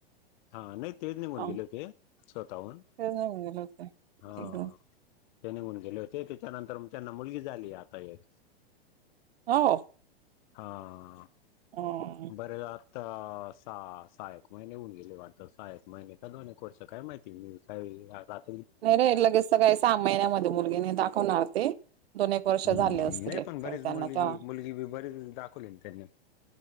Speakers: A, on the left; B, on the right.
A: हा नाही तेच निघून
B: हा
A: गेले ते स्वतःहून.
B: ते सांगून गेले होते
A: हा. ते निघून गेले होते त्याच्यानंतर त्यांना मुलगी झाली आता एक.
B: हो.
A: हा.
B: अं,
A: बरं झा -- तर सहा सहा एक महिने होऊन गेले वाटत. सहा एक महिने का दोन एक वर्ष काय माहिती. काय <unintelligible>
B: नाही रे लगेच तर काय सा महिन्यामध्ये मुलगी नाही दाखवणार ते. दोन एक वर्ष
A: हम्म
B: झाले असतील
A: नाही
B: एक
A: पण बरीच
B: तरर त्यांना
A: मुलगी
B: तेव्हा.
A: मुलगी बी बरीच दाखवली ना त्यांनी